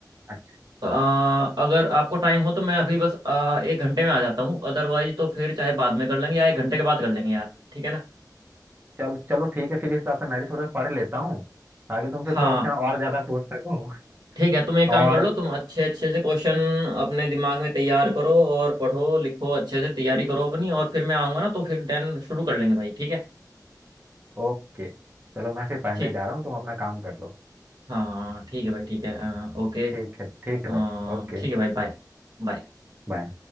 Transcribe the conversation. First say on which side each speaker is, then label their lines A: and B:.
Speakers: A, on the right; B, on the right.
A: अच्छा
B: अ, अगर आपको टाइम हो तो मैं अभी बस अ, एक घंटे में आ जाता हूँ अदरवाइज तो फिर चाहे बाद में कर लेंगे या एक घंटे के बाद कर लेंगे यार ठीक है ना
A: चलो चलो ठीक है फिर इस हिसाब से मैं भी थोड़ा सा पढ़ लेता हूँ ताकि तुमसे
B: हाँ
A: क्वेश्चन और ज्यादा पूछ सकूँ
B: ठीक है
A: <laughs>
B: तुम एक काम
A: और
B: कर लो तुम अच्छे अच्छे से क्वेश्चन अपने दिमाग में तैयार करो और पढ़ो लिखो अच्छे से तैयारी करो अपनी और फिर मैं आऊँगा ना तो फिर देन शुरू कर लेंगे भाई ठीक है
A: ओके चलो मैं फिर पढ़ने
B: ठीक
A: जा रहा हूँ तुम अपना काम कर लो
B: हाँ हाँ, ठीक है भाई ठीक है अ, ओके
A: ठीक है ठीक है
B: अ,
A: भाई ओके
B: ठीक है भाई बाय बाय
A: बाय